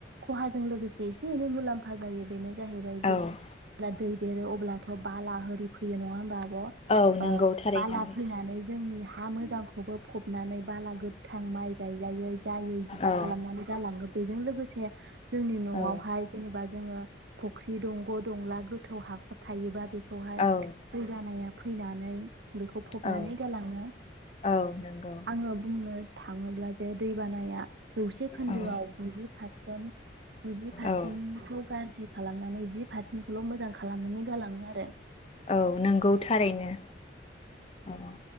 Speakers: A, on the right; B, on the left.
A: खहाजों लोगोसे एसे एनै मुलाम्फा जायो बेनो जाहैबाय जे
B: औ
A: ब्ला दै देरो अब्लाथ बाला होरि फैयो नङा होमबा आ ब'
B: औ नंगौ
A: ओ
B: थारैनो
A: बाला
B: आगै
A: फैनानै जो जोंनि हा मोजांखौबो फबनानै बाला गोथां माइ गायजायै जायै बिदि
B: औ
A: खालामनानै गालाङो बेजों लोगोसे जोंनि न'आवहाय
B: औ
A: जेनेबा जोङो फुख्रि दंग' दंला गोथौ हाखर थायोबा बेखौ दै
B: औ
A: बानाया फैनानै बेखौ फबनानै
B: औ
A: गालाङो
B: औ नंगौ
A: आङो बुंनो थाङोब्ला जे दै बानाया जौसे खोन्दोआव
B: औ
A: गुजि पारसेन गुजि पारसेन्टखौ
B: औ
A: गाज्रि खालामनानै जि पारसेन्खौल' मोजां खालामनानै गालाङो आरो।
B: औ नंगौ थारैनो औ